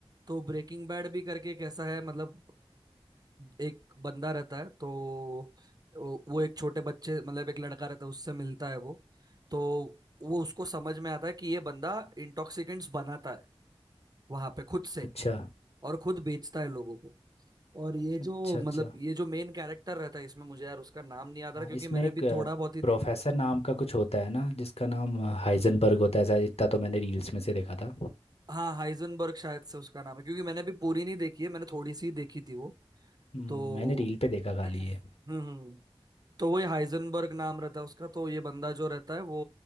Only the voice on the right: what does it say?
तो ब्रेकिंग बैड भी करके कैसा है मतलब अ, एक बंदा रहता है तो वो वो एक छोटे बच्चे मतलब एक लड़का रहता है उससे मिलता है वो तो वो उसको समझ में आता है कि ये बंदा इंटॉक्सिकेंट्स बनाता है वहां पे खुद से
और खुद बेचता है लोगों को और ये जो
मतलब ये जो मेन कैरेक्टर रहता है इसमें मुझे यार उसका नाम नहीं याद आ
रहा क्योंकि
मैंने
भी थोड़ा बहुत ही
देखा है
हाँ हाइजनबर्ग शायद से उसका नाम है क्योंकि मैंने भी पूरी नहीं देखी है मैंने थोड़ी सी ही देखी थी वो
तो
<clears throat>
हम्म
हम्म। तो वही हाइजनबर्ग नाम रहता है उसका तो ये बंदा जो रहता है वो